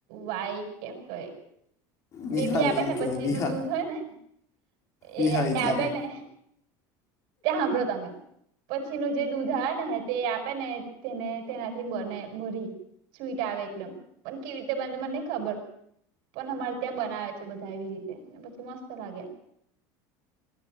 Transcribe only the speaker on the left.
વિહાય
એમ
કહેવાય
વિહાય
વિહાય
જ્યારે